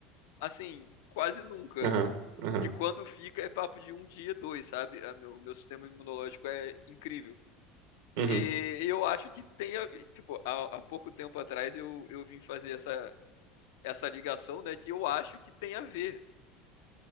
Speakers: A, on the left (about 80°); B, on the right (about 80°).
A: assim, quase nunca.
B: Aham, aham,
A: E quando fica, é papo de um dia, dois, sabe? A meu- O meu sistema imunológico é incrível.
B: uhum.
A: E eu acho que tem, a- tipo, há, há pouco tempo atrás eu, eu vim fazer essa, essa ligação, né? Que eu acho que tem a ver,